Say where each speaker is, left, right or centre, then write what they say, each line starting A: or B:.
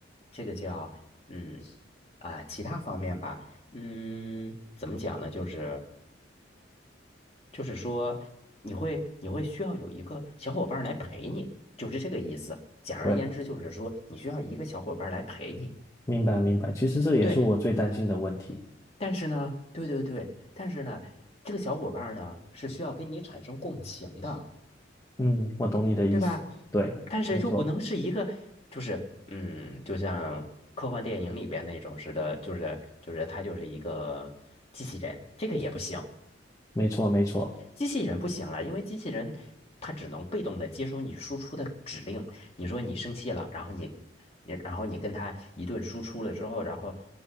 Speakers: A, on the left; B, on the left.
A: 这个叫嗯啊、其他方面吧。嗯，怎么讲呢？就是。就是说你会你会需要有一个小伙伴儿来陪你，就是这个意思。简而言之，
B: 对，
A: 就是说你需要一个小伙伴儿来陪你。
B: 明白明白。其实这也是我最担心的问题。
A: 对，但是呢，对对对，但是呢，这个小伙伴儿呢是需要跟你产生共情的，
B: 嗯，我懂你的意思，
A: 对吧？
B: 对，
A: 但是就不能是一个，
B: 没错，
A: 就是嗯，就像科幻电影里边那种似的，就是就是他就是一个机器人，这个也不行。
B: 没错，没错，
A: 机器人不行了，因为机器人它只能被动的接收你输出的指令。你说你生气了，然后你你然后你跟它一顿输出了之后，然后